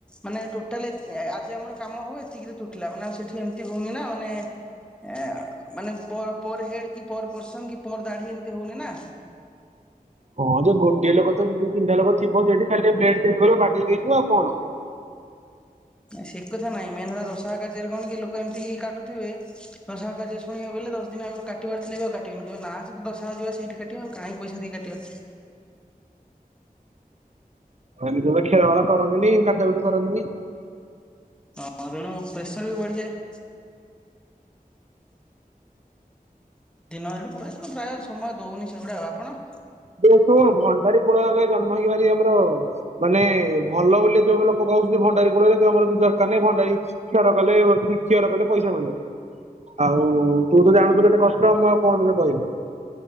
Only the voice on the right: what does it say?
କଣ ଯେ ଗୋଟେ ଲୋକ ତ ଦି ତିନିଟା ଲୋକ ଥିବ ସେଠି ଖାଲି ବ୍ଲେଡଟେ ଧରିବ ବାଡେଇ ଦେଇଯିବ ଆଉ କଣ?
ଏମିତି ବି ଖିଅର ବାର କରନ୍ତିନି କାଟା କୁଟି କରନ୍ତିନି।
ଯେହେତୁ ଭଣ୍ଡାରୀ କୂଳରେ ଜନ୍ମ ହେଇକିି ଭାରି ଆମର ମାନେ ଭଲ ବୋଲି ଯୋଉ ଲୋକ କହୁଛନ୍ତି ଭଣ୍ଡାରୀ କୁଳରେ ଆମର କିଛି ଦରକାର ନାହିଁ ଭଣ୍ଡାରୀ ଖିଅର କଲେ ଖିଅର କଲେ ପଇସା ମିଳିବ। ଆଉ ତୁ ତ ଜାଣୁଛୁ କେତେ କଷ୍ଟ ମୁଁ ଆଉ କଣ ତତେ କହିବି?